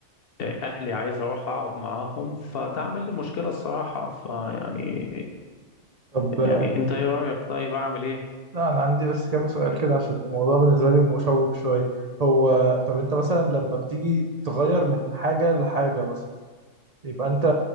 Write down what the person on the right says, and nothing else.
طب آه،
لا انا عندي بس كام سؤال كده عشان الموضوع بالنسبه لي مشوق شويه هو طب انت مثلا لما بتيجي تغير من حاجه لحاجه مثلا يبقى انت